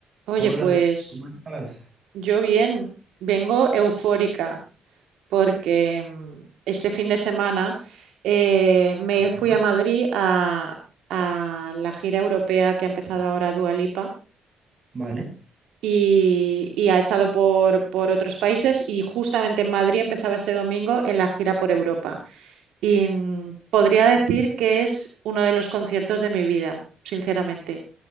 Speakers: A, on the right; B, on the right.
A: Oye,
B: Hola,
A: pues
B: ¿cómo estás?
A: yo bien, vengo eufórica porque mm, este fin de semana eh, me
B: Ok,
A: fui a Madrid a, a la gira europea que ha empezado ahora Dua Lipa
B: vale.
A: y, y ha estado por, por otros países y justamente en Madrid empezaba este domingo en la gira por Europa. Y mm, podría decir que es uno de los conciertos de mi vida, sinceramente.